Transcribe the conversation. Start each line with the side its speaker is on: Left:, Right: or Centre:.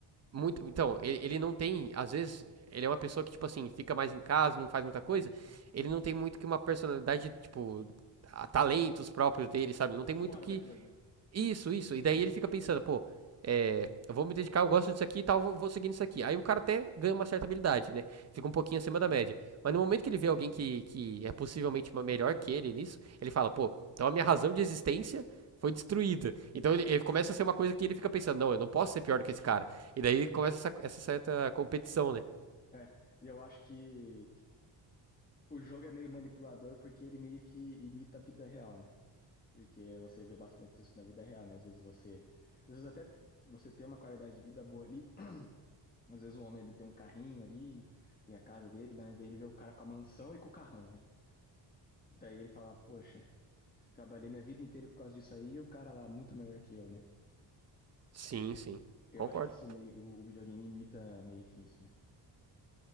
Right: muito. Então, ele, ele não tem, às vezes, ele é uma pessoa que, tipo assim, fica mais em casa, não faz muita coisa. Ele não tem muito que uma personalidade, tipo, a talentos próprios dele, sabe? Não tem
Left: fora
Right: muito que
Left: daquilo ali.
Right: isso, isso. E daí ele fica pensando, pô, é, eu vou me dedicar, eu gosto disso aqui e tal, vou, vou seguir nisso aqui. Aí o cara até ganha uma certa habilidade, né? Fica um pouquinho acima da média. Mas no momento que ele vê alguém que, que é possivelmente uma melhor que ele nisso, ele fala, pô, então a minha razão de existência foi destruída. Então ele, ele começa a ser uma coisa que ele fica pensando, não, eu não posso ser pior do que esse cara. E daí começa essa, essa certa competição, né?
Left: É, e eu acho que o jogo é meio manipulador porque ele meio que imita a vida real, né? Porque você vê bastante isso na vida real, né? Às vezes você. Às vezes até você tem uma qualidade de vida boa ali. Às vezes um homem ele tem um carrinho ali, tem a casa dele, daí ele vê o cara com a mansão e com o carrão, né? E daí ele fala, poxa, trabalhei minha vida inteira por causa disso aí e o cara lá é muito melhor que eu, né?
Right: Sim, sim.
Left: Eu
Right: Concordo.
Left: acho que isso meio. O videogame imita meio que isso, né?